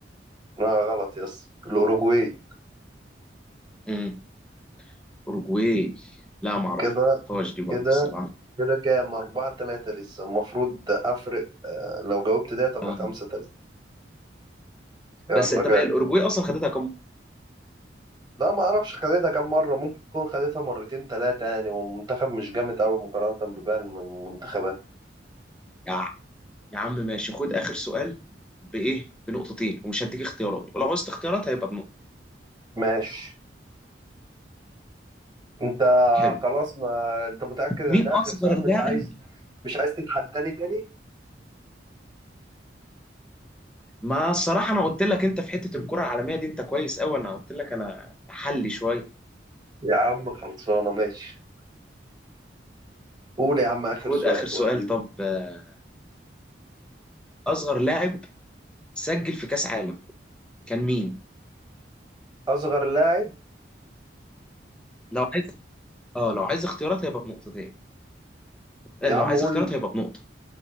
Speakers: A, on the right; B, in the centre.
A: لا غلط يس الأوروجواي
B: امم اوروجواي لا ما اعرفهاش
A: كده
B: دي برضه
A: كده
B: الصراحة
A: كده كام أربعة تلاتة لسه المفروض أفرق آه، لو جاوبت ده تبقى
B: اه
A: خمسة تلاتة يلا
B: بس طب
A: جاي
B: هي الاوروجواي اصلا خدتها كام مرة؟
A: لا ما اعرفش خدتها كام مره ممكن تكون خدتها مرتين ثلاثه يعني والمنتخب مش جامد قوي مقارنه بباقي الم- المنتخبات
B: يا يا عم ماشي خد اخر سؤال بايه بنقطتين ومش هديك اختيارات ولو عوزت اختيارات هيبقى بنقطه
A: ماشي انت
B: حلو
A: خلاص ما انت متاكد ان
B: مين
A: ده اخر
B: اصغر
A: سؤال
B: لاعب
A: مش عايز مش عايز تتحداني تاني
B: ما الصراحه انا قلت لك انت في حته الكره العالميه دي انت كويس قوي انا قلت لك انا حلي شويه
A: يا عم خلصانه ماشي قول يا عم اخر
B: خد
A: سؤال
B: اخر سؤال
A: وريني
B: طب آه، اصغر لاعب سجل في كاس عالم كان مين
A: اصغر لاعب
B: لو عايز اه لو عايز اختيارات هيبقى بنقطتين آه،
A: يا
B: لو
A: عم
B: عايز
A: قول
B: اختيارات هيبقى بنقطه